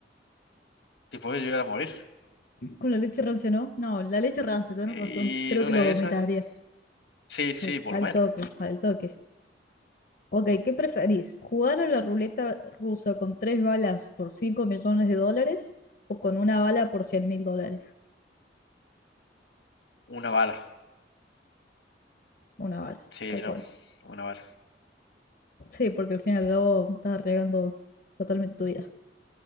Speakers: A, on the left (about 85°); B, on the left (about 55°).
A: Te puedes llegar a morir.
B: ¿Con la leche rancia, no? No, la leche rancia, tenés
A: Y
B: razón. Creo
A: en una
B: que lo
A: de
B: vomitaría.
A: esas, sí, sí,
B: Al,
A: por
B: al
A: lo menos.
B: toque, al toque. Ok, ¿qué preferís? ¿Jugar a la ruleta rusa con tres balas por 5 millones de dólares o con una bala por 100 mil dólares?
A: Una bala.
B: Una bala,
A: Sí,
B: tal cual.
A: no, una bala.
B: Sí, porque al fin y al cabo estás arriesgando totalmente tu vida.